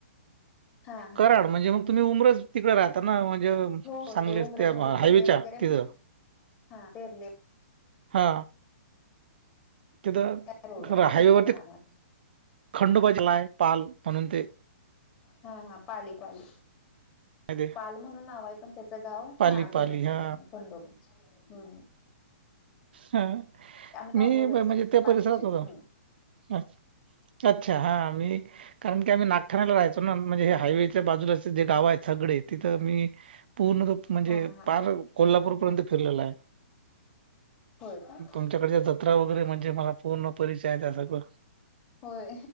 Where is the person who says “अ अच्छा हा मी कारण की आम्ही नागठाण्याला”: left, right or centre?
Right